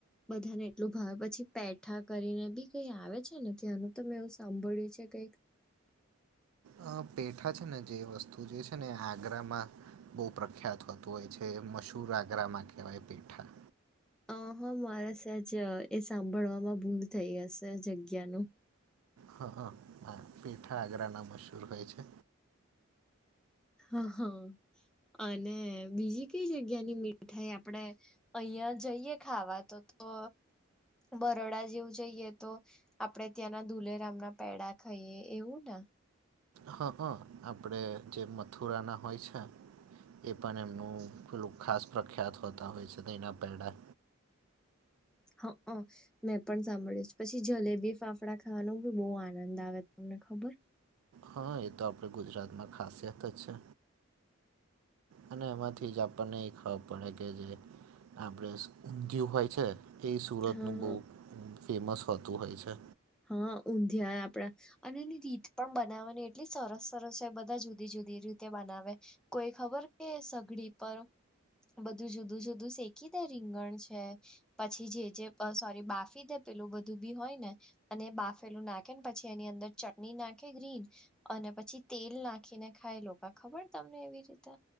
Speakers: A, in the centre; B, on the right (about 85°).
A: બધાને એટલું ભાવે પછી પેઠા કરીને બી કઈ આવે છે ને ત્યાંનું તો મેં એવું સાંભળ્યું છે કઈક
B: અ પેઠા છે ને જે વસ્તુ જે છે ને આગ્રામાં બહુ પ્રખ્યાત હોય તો હોય છે મશૂર આગ્રામાં કહેવાય પેઠા
A: અ હા મારે સજ એ સાંભળવામાં ભૂલ થઈ હશે જગ્યાનું
B: હ હ હા પેઠા આગ્ર ના મશૂર હોય છે.
A: હા હા અને બીજી કઈ જગ્યા ની મીઠાઈ આપડે અહિયાં જઈએ ખાવા તો તો બરોડા જેવું જઈએ તો આપડે ત્યાંના ધુલેરામ ના પેડા ખાઈએ એવું ને
B: હા હ આપણે જે મથુરાના હોય છે. એ પણ એમનું પેલું ખાસ પ્રખ્યાત હોતા હોય છે દૂધઈના પેડા
A: હા હ મેં પણ સાંભળી પછી જલેબી ફાફડા ખાવાનું બી બહુ આનંદ આવે તમને ખબર
B: હા એ તો આપણે ગુજરાતમાં ખાસિયત જ છે અને એમાંથી જ આપણને એ ખબર પડે કે જે આપડે ઊંધયું હોય છે એ સુરતનું
A: હા હા
B: બહુ ફેમસ હોતું હોય છે.
A: હા ઊંધિયા આપડા અને એની રીત પણ બનાવવાની એટલી સરસ સરસ હોય બધા જુદી જુદી રીતે બનાવે કોઈ ખબર કે સઘડી પર બધું જુદું જુદું શેકી દે રીંગણ છે. પછી જે જે સોરી બાફી દે પેલું બધું બી હોય ને અને બાફેલું નાખેને પછી એની અંદર ચટણી નાખે ગ્રીન અને પછી તેલ નાખીને ખાય લોકો ખબર તમને એવી રીતે